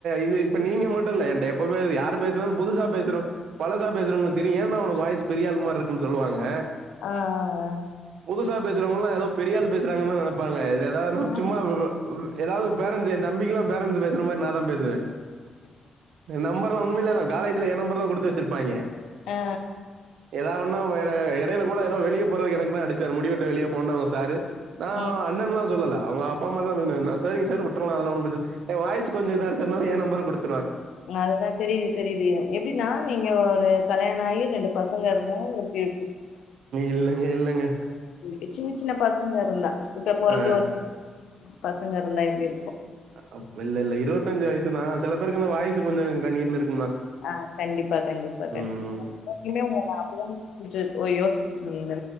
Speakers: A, on the right; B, on the left.
A: இது இப்ப நீங்க மட்டு இல்ல இல்ல என்ட எப்பவுமே யார் பேசுனலு புதுசா பேசற பழசா பேசுரவங்களுக்கு தெரியு ஏன்டா உனக்கு பேரிய ஆள் மாரிருக்கு சொலுவாங்க
B: ஆ ஆ
A: புதுசா பேசுறவங்கல்லா ஏதோ பெரிய ஆளு பேசறாங்கன்னு தான் நெனப்பாங்க ஏதாவது
B: ஆ
A: சும்மா ஏதாவது பேரன்ஸ் ஏன் தப்பிக்கலா நா தான் பேரன்ஸ்சு பேசுர மாரி நான் தான் பேசுவே நம்பம்பர்லா உண்மைலதான் காலேஜ்ல என் நம்பர் தான் குடுத்து வச்சிருப்பாங்க
B: ஆ ஆ
A: ஏதாவது ஒன்னுனா வேனா இடைல கூட ஏதோ வெளியே போறதுக்கு எனக்கு தான் அடிச்சார் முடிவெட்ட வெளிய போனாங்க சார் நா
B: ஆ. ம்
A: அண்ணன்லா சொல்லல அவுங்க அப்பா அம்மாலா வேணும் <unintelligible> என்ன செரிங்க சார் விட்டுலா அதலா ஒன்னும் பிரச்சன என் வாய்ஸ் கொஞ்சோ இதா இருக்குறதுனால என் நம்பர் கொடுத்து
B: அதா தெரியிது தெரியிது எப்படின்னா நீங்க ஒரு கல்யாண ஆகி ரெண்டு பசங்க இருந்தா எப்புடி
A: இல்லங்க இல்லங்க
B: இருக்கு. சின்ன சின்ன பசங்க இருந்தா இப்ப பொறந்து
A: ஆ
B: ஒரு பசங்க இருந்தா எப்படியி
A: அப் இல்ல இல்ல இருவத்தஞ்சு வயசுதா சில பேருக்கு இந்த வாய்ஸ் வாய்ஸ் கொஞ்சோ கணீர்னு இருக்
B: ஆஹ் கண்டிப்பா கண்டிப்பா கண்டிப்பா
A: ம்
B: நானுமே உங்கள அப்புடி தா புடிச் யோசிச்சிட்டு இருந்திந்